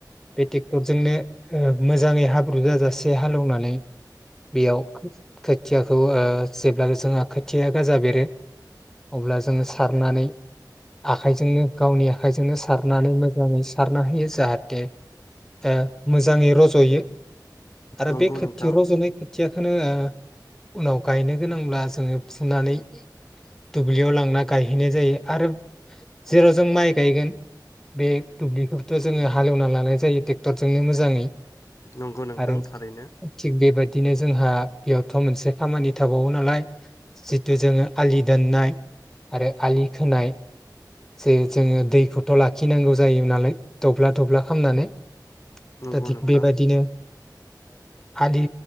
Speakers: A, in the centre; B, on the left.
A: बे ट्रेक्टरजोंनो ओ मोजाङै हाब्रु जाजासे हालेवनानै बेयाव खोथियाखौ ओ जेब्ला जोंहा खोथिया गाजा बेरो अब्ला जोङो सारनानै आखाइजोंनो गावनि आखाइजोंनो सारनानै मोजाङै सारना होयो जाहाथे ओ मोजाङै रजयो आरो
B: नंगौ
A: बे खोथिया
B: नोंथां
A: रज'नाय खोथियाखौ होनो होआ उनाव गायनो गोनांब्ला जोङो फुनानै दुब्लियाव लांना गायहैनाय जायो आरो जेराव जों माइ गायगोन बे दुब्लिखौथ जोङो हालेवना लानाय जायो ट्रेक्टरजोंनो मोजाङै
B: नंगौ नोंथां
A: आरो
B: थारैनो
A: थिग बेबायदिनो जोंहा बेयाव मोनसे खामानि थाबावो नालाय जिथु जोङो आलि दोननाय आरो आलि खोनाय जे जोङो दैखौथ' लाखिनांगौ जायो नालाय दब्ला दब्ला खामनानै
B: नंगौ
A: दा थिग
B: नोंथां
A: बेबायदिनो आलि